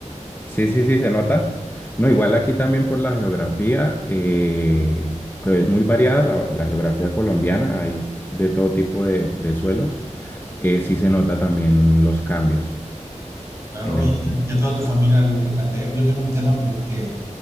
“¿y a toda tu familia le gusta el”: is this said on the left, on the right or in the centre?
Right